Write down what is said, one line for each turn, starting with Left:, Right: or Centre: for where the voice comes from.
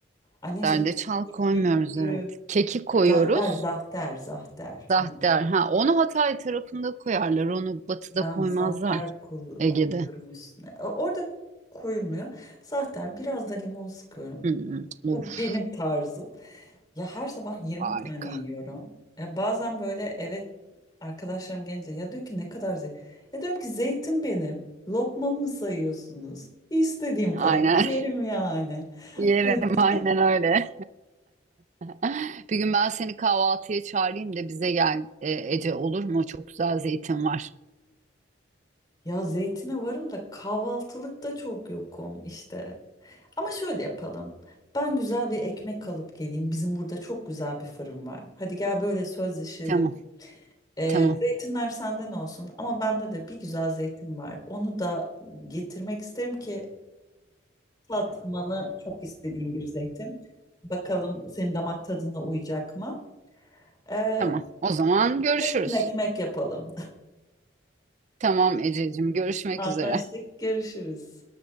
Left: Ay neyse
Right: Zerdeçal
Left: bu
Right: koymuyoruz
Left: bir türü.
Right: evet. Kekik koyuyoruz.
Left: Zahter, zahter, zahter.
Right: Zahter.
Left: Ama
Right: Ha, onu Hatay tarafında koyarlar. Onu batıda
Left: ben
Right: koymazlar.
Left: zahter kul-
Right: Ege'de.
Left: koyuyorum üstüne. O- Orada koyulmuyor. Zahter biraz da limon sıkıyorum.
Right: Hı hı.
Left: Bu
Right: Of
Left: benim tarzım. Ya her sabah yirmi
Right: harika.
Left: tane yiyorum. Ya bazen böyle evet arkadaşlarım gelince ya diyor ki ne kadar zeytin. Ya diyorum ki zeytin benim. Lokmamı mı sayıyorsunuz? İstediğim kadar
Right: Aynen.
Left: yerim
Right: <laughs>
Left: yani.
Right: Yerim
Left: <laughs>
Right: aynen öyle. <laughs> Bir gün ben seni kahvaltıya çağırayım da bize gel e, Ece olur mu? Çok güzel zeytin var.
Left: Ya zeytine varım da kahvaltılıkta çok yokum işte. Ama şöyle yapalım. Ben güzel bir ekmek alıp geleyim. Bizim burada çok güzel bir fırın var. Hadi gel böyle sözleşelim.
Right: Tamam
Left: Ee,
Right: tamam
Left: zeytinler senden olsun ama bende de bir güzel zeytin var. Onu da getirmek isterim ki tatmanı çok istediğim bir zeytin. Bakalım senin damak tadına uyacak mı? Ee,
Right: tamam. O zaman görüşürüz.
Left: zeytin ekmek yapalım.
Right: Tamam Ececiğim görüşmek
Left: <laughs> Anlaştık,
Right: üzere.
Left: görüşürüz.